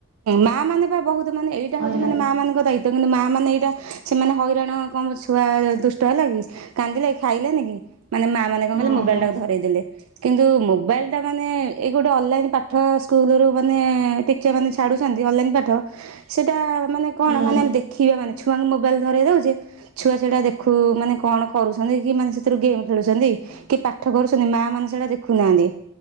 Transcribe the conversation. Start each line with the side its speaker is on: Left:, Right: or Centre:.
Right: ମା ମାନେ ପା ବହୁତ ମାନେ ଏଇଟା ହଉଛି
Centre: ଆଜ୍ଞା
Right: ମାନେ ମା ମଙ୍କ ଦାୟିତଵ କିନ୍ତୁ ମା ମାନେ ଏଇଟା ସେମାନେ ହଇରାଣ କଁମ ଛୁଆ ଦୁଷ୍ଟ ହେଲା କି କାନ୍ଦିଲା କି ଖାଇଲାନି କି। ମାନେ ମା କଣ
Centre: ହଁ
Right: କଲେ ମୋବଲଟାକୁ
Centre: ହଁ
Right: ଧରେଇ ଦେଲେ। କିନ୍ତୁ ମୋବାଇଲ ଟା ମାନେ ଏ ଗୋଟେ ଅନଲାଇ ପାଠ ସ୍କୁଲୁ ମାନେ ଟିଚର ମାନେ ଛାଡୁ ଅନଲାଇନ୍ ପାଠ ସେଇଟା ମାନେ କଣ
Centre: ଆଜ୍ଞା।
Right: ମାନେ ଦେଖେଇ ହବା ନୀତି। ଛୁଆଙ୍କୁ ମୋବାଇଲ ଧରାଇ ଦେଉଛେ ଛୁଆ ସେଇଟା ଦେଖୁ ମାନେ କଣ କରୁଛନ୍ତି କି ମାନେ ସେଥିରୁ ଗେମ୍ ଖେଳୁଛନ୍ତି। କି ପାଠ କରୁଛନ୍ତି ମା ମାନେ ସେଇଟା ଦେଖୁନାହାନ୍ତି।